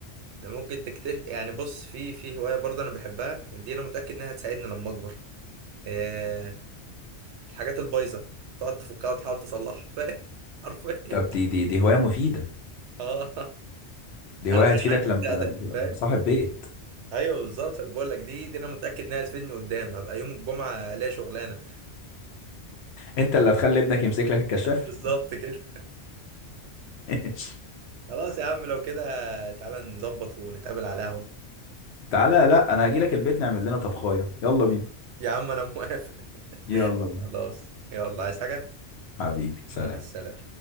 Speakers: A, on the right (about 80°); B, on the left (about 70°).
A: ده ممكن تكتشف يعني بص في في هوايه برضه انا بحبها دي انا متاكد انها هتساعدني لما اكبر آه الحاجات البايظه تقعد تفكها وتحاول تصلحها فاهم <laughs> حرفيا
B: طب دي دي دي هواية مفيدة
A: اه
B: دي
A: انا
B: هواية
A: انا
B: هتفيدك
A: عندي
B: لما
A: الدق
B: لما
A: ده
B: تبقى
A: فاهم
B: صاحب بيت
A: ايوه بالظبط انا بقول لك دي دي انا متاكد انها هتفيدني قدام هبقى يوم الجمعه ليا شغلانه
B: انت اللي هتخلي ابنك يمسك لك الكشاف
A: <laughs> بالظبط كده
B: <laughs>
A: خلاص يا عم لو كده تعالى نظبط ونتقابل على القهوه
B: تعالى لا انا هجي لك البيت نعمل لنا طبخاية يلا بينا
A: يا عم انا موافق
B: يلا بينا
A: خلاص يلا عايز حاجه
B: حبيبي سلام
A: مع السلامة